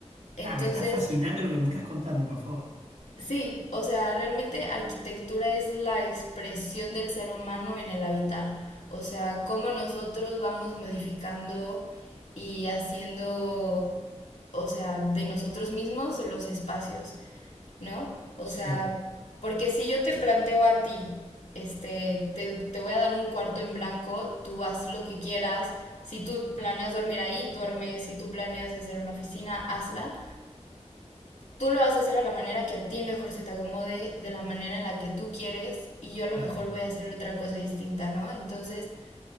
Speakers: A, on the left; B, on the right.
A: Entonces,
B: Ah, me está fascinando lo que me estás contando, por favor.
A: Sí, o sea, realmente arquitectura es la expresión del ser humano en el habitar. O sea, cómo nosotros vamos modificando y haciendo, o sea, de nosotros mismos los espacios, ¿no? O
B: Sí,
A: sea, porque si yo te planteo a ti, este, te, te voy a dar un cuarto en blanco, tú haz lo que quieras. Si tú planeas dormir ahí, duerme. Si tú planeas hacer una oficina, hazla tú lo vas a hacer a la manera que a ti mejor se te acomode, de la manera en la que tú quieres, y yo a lo
B: claro.
A: mejor voy a hacer otra cosa distinta, ¿no? Entonces,